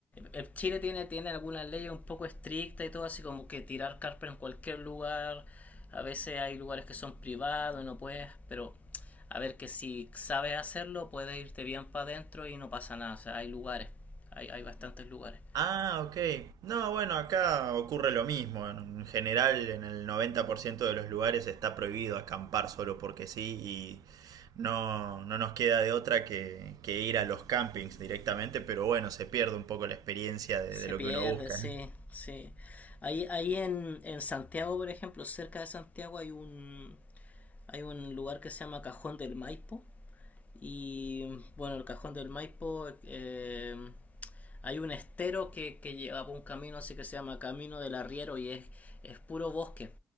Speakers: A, on the left (about 25°); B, on the right (about 75°).
A: Eh, Chile tiene, tiene algunas leyes un poco estrictas y todo, así como que tirar carpa en cualquier lugar. A veces hay lugares que son privados, no puedes, pero a ver que si sabes hacerlo, puedes irte bien para adentro y no pasa nada. O sea, hay lugares, hay, hay bastantes lugares.
B: Ah, ok. No, bueno, acá ocurre lo mismo. En general, en el 90% de los lugares está prohibido acampar solo porque sí y no, no nos queda de otra que, que ir a los campings directamente, pero bueno, se pierde un poco la experiencia de,
A: Se
B: de lo
A: pierde,
B: que uno busca.
A: sí,
B: ¿eh?
A: sí. Ahí, ahí en, en Santiago, por ejemplo, cerca de Santiago hay un, hay un lugar que se llama Cajón del Maipo Y bueno, el cajón del Maipo eh, hay un estero que, que lleva por un camino así que se llama Camino del Arriero y es, es puro bosque.